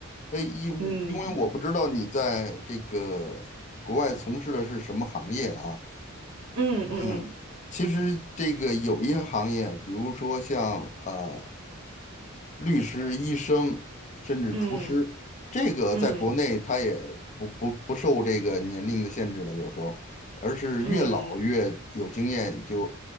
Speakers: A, on the left (about 35°); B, on the right (about 80°).
A: 哎，因因为我不知道你在这个国外从事的是什么行业啊？
B: 嗯嗯嗯嗯
A: 嗯，其实这个有一些行业，比如说像呃律师、医生，甚至厨师，
B: 嗯
A: 这个在国内他也不不不受这个年龄的限制的，
B: 嗯嗯。嗯嗯
A: 有时候，而是越老越有经验就，
B: 嗯